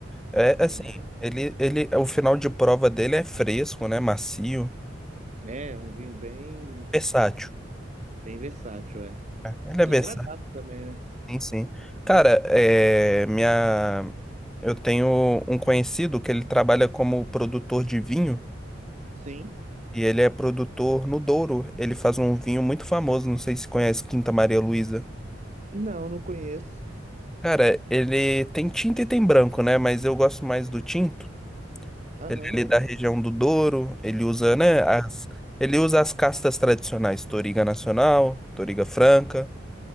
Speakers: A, in the centre; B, on the right.
A: É
B: né?
A: assim, ele, ele, o final de prova dele é fresco, né? Macio,
B: É, um vinho bem,
A: versátil.
B: bem versátil, é.
A: Ele é
B: E
A: versátil,
B: agradável também, né?
A: sim, sim. Cara, é, minha, eu tenho um conhecido que ele trabalha como produtor de vinho
B: Sim.
A: e ele é produtor no Douro. Ele faz um vinho muito famoso, não sei se conhece Quinta Maria Luísa.
B: Não, não conheço.
A: Cara, ele tem tinta e tem branco, né? Mas eu gosto mais do tinto.
B: Aham.
A: Ele é ali da região do Douro, ele usa, né, as, ele usa as castas tradicionais, Toriga Nacional, Toriga Franca,